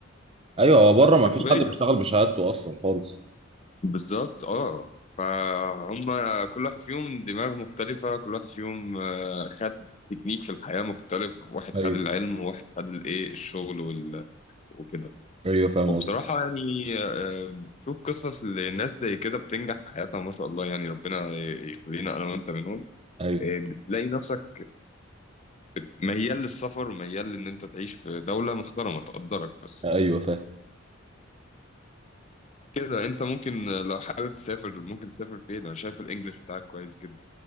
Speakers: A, on the right (about 30°); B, on the left (about 35°).
A: ايوه هو بره ما
B: حرفيا
A: فيش حد بيشتغل بشهادته اصلا خالص
B: بالظبط اه فهم كل واحد فيهم دماغ مختلفة كل واحد فيهم آه، خد تكنيك في الحياة مختلف واحد
A: ايوه
B: خد العلم وواحد خد الايه الشغل وال... وكده
A: ايوه فاهم
B: وبصراحة
A: قصدك
B: يعني آه، بشوف قصص لناس زي كده بتنجح في حياتها ما شاء الله يعني ربنا يخلينا انا وانت منهم
A: ايوه
B: آه، بتلاقي نفسك بت- ميال للسفر وميال ان انت تعيش في دولة محترمة تقدرك بس
A: ايوه فاهم
B: كده انت ممكن لو حابب تسافر ممكن تسافر فين انا شايف الانجليش بتاعك كويس جدا